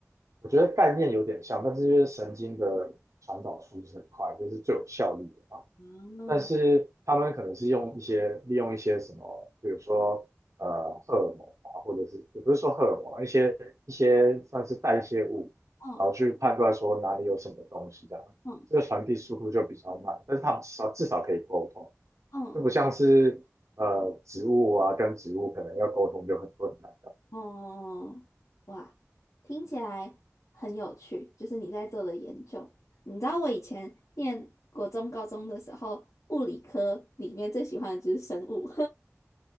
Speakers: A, on the right (about 65°); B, on the left (about 75°).
A: 我觉得概念有点像，但是因为神经的传导速度是很快，就是最有效率的嘛。
B: 嗯
A: 但是他们可能是用一些利用一些什么，比如说呃荷尔蒙啊，或者是也不是说荷尔蒙啊一些一些算是代谢物，
B: 嗯
A: 然后去判断说哪里有什么东西这样，
B: 嗯
A: 这个传递速度就比较慢，但是他们至少至少可以沟通，
B: 嗯。
A: 就不像是呃植物啊跟植物可能要沟通就很困难
B: 哦，嗯嗯哇，听起来很有趣，就是你在做的研究。你知道我以前念国中、高中的时候，物理科里面最喜欢的就是生物，